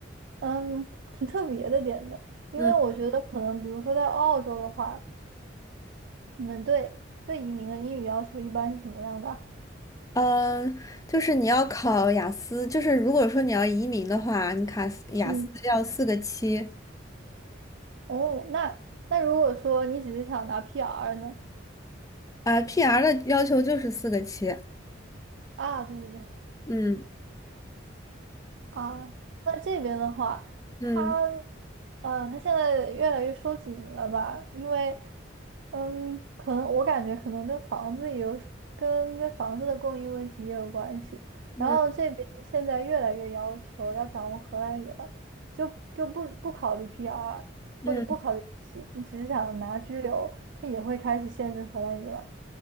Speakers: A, on the right; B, on the left.
A: 嗯挺特别的点的，因为我觉得可能比如说在澳洲的话，
B: 嗯
A: 你们对对移民的英语要求一般是什么样的啊
B: 嗯，就是你要考雅思，就是如果说你要移民的话，你卡斯雅思要四个七
A: 嗯，哦，那那如果说你只是想拿 PR 呢？
B: 啊，PR 的要求就是四个七。
A: 啊，对对对，
B: 嗯
A: 啊，那这边的话，
B: 嗯
A: 他，呃，他现在越来越收紧了吧？因为，嗯，可能我感觉可能跟房子也有，跟跟房子的供应问题也有关系。
B: 嗯
A: 然后这边现在越来越要求要掌握荷兰语了，就就不不考虑 PR 或者不考虑国籍，
B: 嗯，
A: 你只是想拿拘留，他也会开始限制荷兰语了，